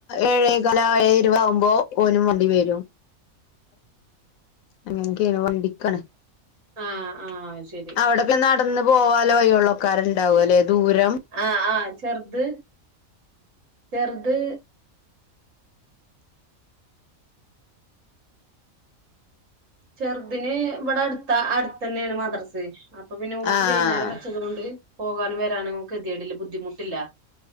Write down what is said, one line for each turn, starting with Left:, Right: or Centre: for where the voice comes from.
Left: ഏഴേകാല് ഏഴെരൂപത് ആകുമ്പോ ഓന് വണ്ടി വരും അങ്ങനക്കണ് വണ്ടിക്കണ
Right: ആഹ് ആഹ് ശരി
Left: അവിടെക്കെ നടന്നു പോവാല വഴിയൊള്ളക്കാരുണ്ടാവും അല്ലെ ദൂരം
Right: ആഹ് ആഹ് ചെറുത് ചെറുത് ചെറുതിന് ഇവിടെ അടുത്ത അടുത്ത തന്നെയാണ് മദ്രസ് അപ്പൊ പിന്നെ ഓർക്ക്
Left: ആഹ്
Right: വൈകുന്നേരം വെച്ചത കൊണ്ട് പോകാനും വരാനുംങ്ങക്ക് ഗതിതിടില്ല ബുദ്ധിമുട്ടില്ല